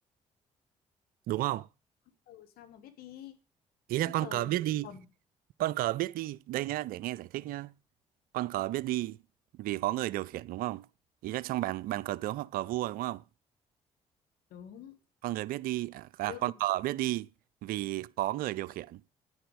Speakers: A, on the right (about 60°); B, on the left (about 65°).
A: đúng không
B: con cờ sao mà biết đi
A: ý
B: con
A: là con
B: cờ
A: cờ
B: là
A: biết
B: mình
A: đi
B: phải cầm
A: con cờ biết đi đây nhá để nghe giải thích nhá con cờ biết đi vì có người điều khiển đúng không ý là trong bàn bàn cờ tướng hoặc cờ vua đúng không
B: đúng
A: con người biết đi à, à,
B: nhưng
A: con cờ biết đi vì có người điều khiển